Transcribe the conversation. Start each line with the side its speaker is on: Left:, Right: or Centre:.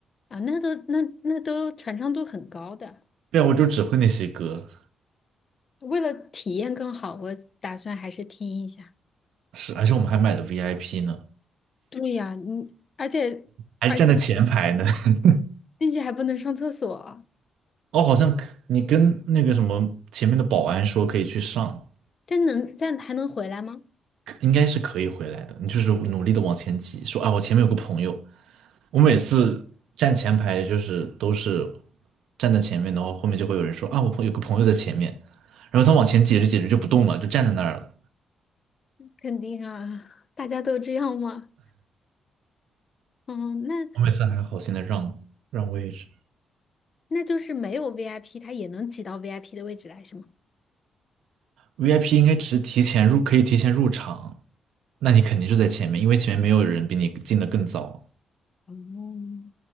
Left: 啊，那都那那都传唱度很高的。
Right: 对啊，我就只会那些歌。
Left: 为了体验更好，我打算还是听一下。
Right: 是，而且我们还买的 VIP 呢，
Left: 对呀，你而且而且
Right: 还是站在前排呢。<laughs>
Left: 进去还不能上厕所，
Right: 哦，好像可你跟那个什么前面的保安说可以去上，
Left: 但能但还能回来吗？
Right: 应该是可以回来的。你就是努力的往前挤，说啊，我前面有个朋友，我每次站前排就是都是站在前面的话，后面就会有人说啊，我朋有个朋友在前面，然后他往前挤着挤着就不动了，就站在那儿了。
Left: 肯定啊，大家都这样嘛。嗯，那
Right: 我每次还好心的让让位置
Left: 那就是没有 VIP，他也能挤到 VIP 的位置来，是吗？
Right: ，VIP 应该只是提前入，可以提前入场，那你肯定就在前面，因为前面没有人比你进的更早。
Left: 哦，